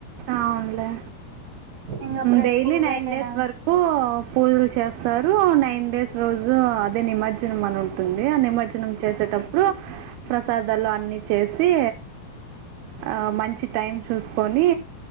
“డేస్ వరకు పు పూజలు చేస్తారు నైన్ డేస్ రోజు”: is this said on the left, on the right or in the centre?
Right